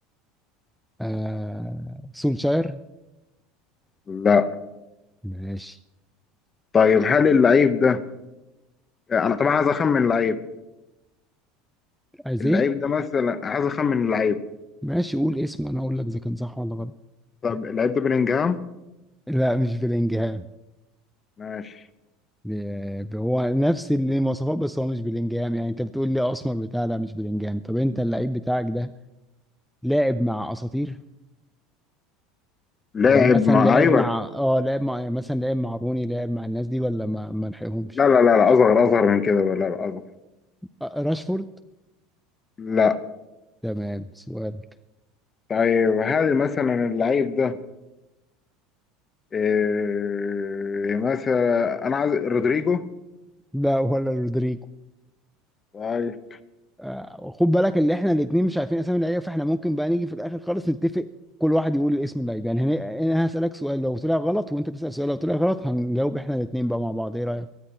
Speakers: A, in the centre; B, on the left.
A: آه سولشاير
B: لا
A: ماشي
B: طيب هل اللعيب ده انا طبعا عايز اخمن اللعيب
A: ازيه
B: اللعيب ده مثلا عايز اخمن اللعيب
A: ماشي قول اسمه انا اقول لك اذا كان صح ولا غلط
B: طب اللعيب ده بلينجهام
A: لا مش بلينجهام
B: ماشي
A: ب- هو نفس المواصفات بس هو مش بلينجهام يعني انت بتقول لي اسمر بتاع لا مش بلينجهام طب انت اللعيب بتاعك ده لاعب مع اساطير
B: لاعب
A: يعني مثلا
B: ما
A: لعب
B: ايوه
A: مع اه لعب مع يعني مثلا لعب مع روني لعب مع الناس دي ولا ما ما لحقهمش
B: لا لا لا لا اصغر اصغر من كده لا لا اصغر
A: آه، راشفورد
B: لا
A: تمام سؤالك
B: طيب هل مثلا اللعيب ده إيه مثلا انا عايز رودريجو
A: لا ولا رودريجو
B: طيب
A: آه خد بالك اللي احنا الاثنين مش عارفين اسامي اللعيبه فاحنا ممكن بقى نيجي في الاخر خالص نتفق كل واحد يقول الاسم اللعيب يعني هنا- انا هسالك سؤال لو طلع غلط وانت تسال سؤال لو طلع غلط هنجاوب احنا الاثنين بقى مع بعض ايه رايك